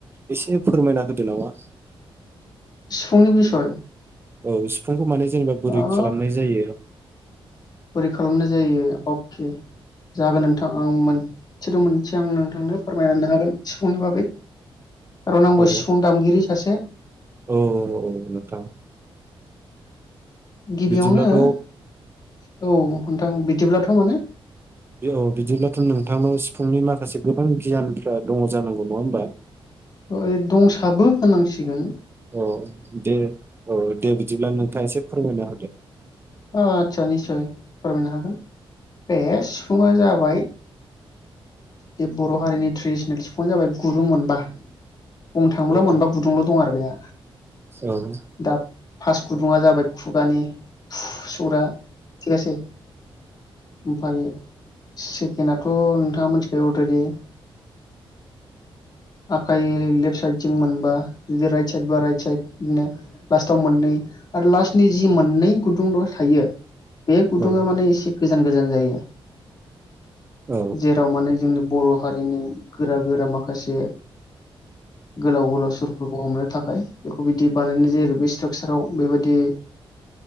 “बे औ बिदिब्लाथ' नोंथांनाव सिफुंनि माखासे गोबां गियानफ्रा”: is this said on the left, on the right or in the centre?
Right